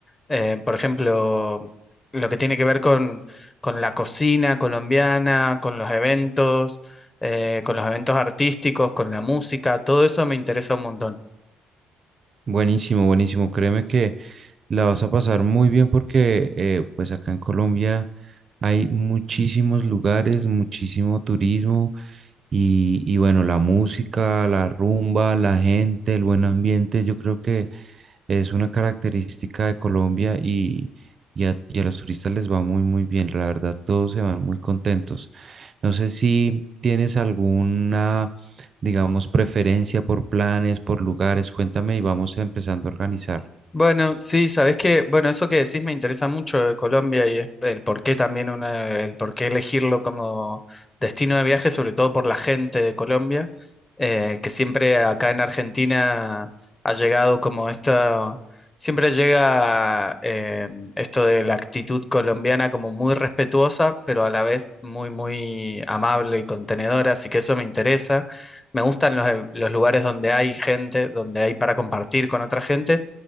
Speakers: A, on the left; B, on the right.
A: Eh, por ejemplo, lo que tiene que ver con, con la cocina colombiana, con los eventos, eh, con los eventos artísticos, con la música, todo eso me interesa un montón.
B: Buenísimo, buenísimo. Créeme que la vas a pasar muy bien porque eh, pues acá en Colombia hay muchísimos lugares, muchísimo turismo y, y bueno, la música, la rumba, la gente, el buen ambiente, yo creo que... Es una característica de Colombia y, y a, y a los turistas les va muy, muy bien. La verdad, todos se van muy contentos. No sé si tienes alguna, digamos, preferencia por planes, por lugares. Cuéntame y vamos empezando a organizar.
A: Bueno, sí, sabes que, bueno, eso que decís me interesa mucho de Colombia y es el por qué también una, el por qué elegirlo como destino de viaje, sobre todo por la gente de Colombia, eh, que siempre acá en Argentina ha llegado como esta, siempre llega eh, esto de la actitud colombiana como muy respetuosa, pero a la vez muy, muy amable y contenedora, así que eso me interesa. Me gustan los, los lugares donde hay gente, donde hay para compartir con otra gente